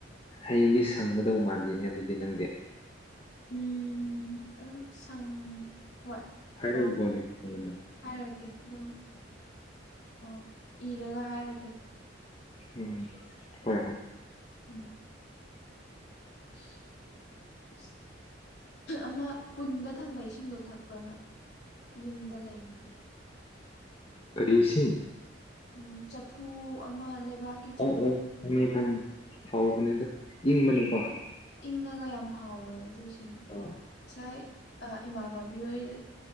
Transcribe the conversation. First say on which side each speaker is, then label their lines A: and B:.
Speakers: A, on the left (about 30°); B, on the left (about 60°).
A: ꯍꯌꯦꯡꯗꯤ ꯁꯪꯒꯗꯧ ꯃꯥꯟꯗꯦꯅꯦ ꯑꯗꯨꯗꯤ ꯅꯪꯗꯤ꯫
B: ꯎꯝ ꯑꯗꯨꯝ ꯁꯪ ꯍꯣꯏ
A: ꯍꯥꯏꯔꯛꯎꯀꯣ
B: ꯃꯥꯟꯗꯦ꯫
A: ꯑꯗꯨꯝ ꯀꯩꯅꯣꯗꯣ
B: ꯍꯥꯏꯔꯛꯀꯦ ꯑꯗꯨꯝ ꯑꯣ ꯏꯔꯒ ꯍꯥꯏꯔꯛꯀꯦ꯫
A: ꯎꯝ ꯍꯣꯏ ꯍꯣꯏ
B: ꯎꯝ <unintelligible> ꯑꯃ ꯄꯨꯟꯗ ꯊꯝꯕ ꯏꯁꯤꯡꯗꯣ ꯊꯛꯄ꯭ꯔꯥ ꯅꯣꯏ꯫ ꯌꯨꯝꯗ ꯂꯩ ꯍꯟꯗꯛ꯫
A: ꯀꯔꯤ ꯏꯁꯤꯡ?
B: ꯎꯝ ꯆꯐꯨ ꯑꯃ ꯂꯩꯕꯥꯛ
A: ꯑꯣ ꯑꯣ ꯈꯪꯉꯦ ꯈꯪꯉꯦ ꯍꯥꯎꯕꯅꯦ ꯑꯗꯨ ꯏꯪꯕꯅꯤꯀꯣ꯫
B: ꯎꯝ ꯏꯪꯉꯒ ꯌꯥꯝ ꯍꯥꯎꯕꯅꯦ ꯑꯗꯨ ꯏꯁꯤꯡꯗꯣ
A: ꯑꯣ
B: ꯉꯁꯥꯏ, ꯑ ꯏꯃꯥꯟꯅꯕꯤ ꯍꯣꯏꯗ